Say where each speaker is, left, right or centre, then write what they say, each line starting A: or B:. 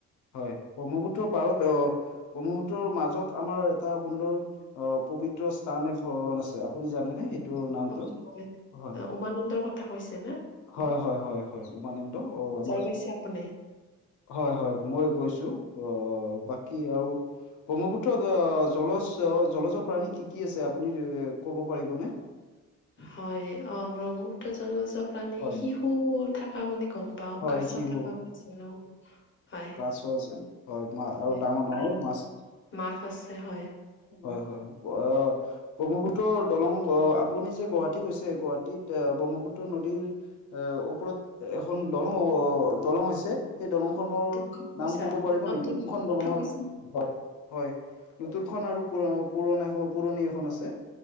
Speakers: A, on the left (about 80°); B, on the left (about 40°).
A: হয় ব্ৰহ্মপুত্ৰৰ পাৰত অ ব্ৰহ্মপুত্ৰৰ মাজত আমাৰ এটা সুন্দৰ অ', পবিত্ৰ স্থান এখন আছে আপুনি জানেনে? সেইটোৰ নামটো?
B: হয়, হয়
A: হয়
B: উমানন্দৰ কথা কৈছে নে'?
A: হয়, হয়, হয়, হয় উমানন্দ অ', আমাৰ
B: যাই পাইছে আপুনি
A: হয়, হয়, মই গৈছো আ বাকী আৰু ব্ৰহ্মপুত্ৰত জলজ জলচৰ প্ৰাণী কি কি আছে, আপুনি ক'ব পাৰিবনে?
B: হয় অ', ব্ৰহ্মপুত্ৰ জলজক প্ৰাণী
A: হয়
B: শিশু থকা বুলি গম পাওঁ,
A: হয়
B: কাছ
A: শিহু
B: থকা বুলি জনো হয়।
A: চব আছে? হয় মা
B: হয়
A: আৰু ডাঙৰ ডাঙৰ
B: আৰু
A: মাছ
B: মাছ আছে হয়।
A: হয় হয়। অ' <unintelligible> ত' দলংগ আপুনি যে গুৱাহাটী গৈছে গুৱাহাটীত ব্ৰহ্মপুত্ৰ ন টিৰ এ, ওপৰত এখন দলং হ'ব, দলং হৈছে? সেই দলংখনৰ
B: তুমি গম পাইছা
A: নাম ক'ব পাৰিব
B: নতুনখন
A: নেকি কোনখন
B: কথা
A: দলঙৰ
B: কৈছা
A: হয়? হয়, নতুনখন আৰু পুৰ-পুৰণা-পুৰণি এখন আছে।